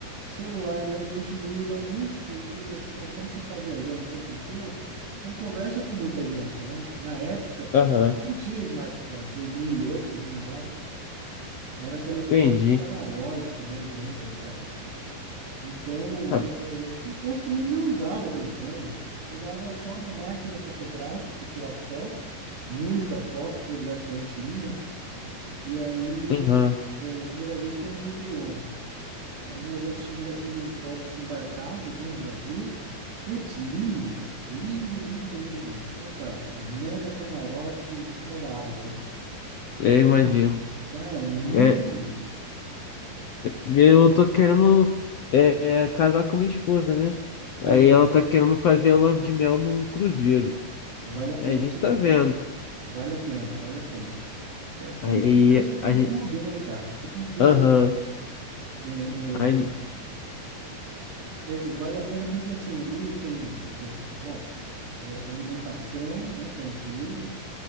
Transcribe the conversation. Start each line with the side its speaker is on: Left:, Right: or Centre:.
Right: celular mesmo a gente não usa muito porque, pô, como você está viajando o tempo inteiro, você não conversa com muita gente, né? Na época, pelo
Left: Aham,
Right: menos, nem tinha smartphone, 2008, 2009, era telefone
Left: entendi.
Right: analógico mesmo ainda, rapaz. Então,
Left: Ah,
Right: é, você praticamente nem usava telefone, eu usava só uma máquina fotográfica para tirar foto, muita foto do lugar que a gente ia, né? E aí,
Left: Aham,
Right: é, a primeira vez foi no Réveillon. Aí nós assistimos a queima de fogos embarcados, né, no navio. Putz, lindo, cara. Lindo, lindo, lindo, lindo. Fantástico. Mega camarote em cima da água, né?
Left: é,
Right: É,
Left: imagino.
Right: Cara, muito
Left: é
Right: bonito.
Left: Eu tô querendo é, é, casar com minha esposa, né? Aí
Right: Aham.
Left: ela tá querendo fazer a lua de mel num cruzeiro.
Right: Vale a
Left: Aí
Right: pena,
Left: a gente tá
Right: hein?
Left: vendo.
Right: Vale a pena, vale a pena. É porque
Left: Aí
Right: no cruzeiro você tem
Left: a gente.
Right: tudo, né, cara? Você tem tudo.
Left: Aham.
Right: É,
Left: Aí.
Right: é, é, vale a pena porque assim ali tem, é, bom, é, alimentação, né, tá inclusa.